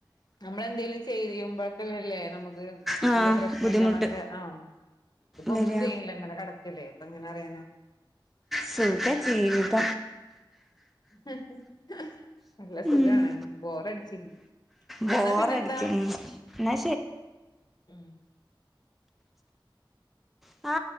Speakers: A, on the left; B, in the centre.
A: നമ്മൾെന്തെങ്കലും ചെയ്യുമ്പോഴക്കല്ലേ നമുക്ക്
B: ആ
A: എന്തേ പ്രശ്നണ്ടോന്നൊക്കെ
B: ബുദ്ധിമുട്ട്
A: ആഹ് ഇതിപ്പോ
B: വരിക
A: ഒന്നും ചെയ്യില്ല ഇങ്ങനെ കട അല്ലേ അപ്പ ഇങ്ങനെ അറിയാനോ
B: സുഖജീവിതം
A: <unintelligible> നല്ല സുഖമാണ്
B: ഉം
A: ബോറടിച്ചി
B: ബോറടിക്കും
A: എന്നാ പിന്നെ എന്താ
B: എന്നാ
A: ഉ
B: ആ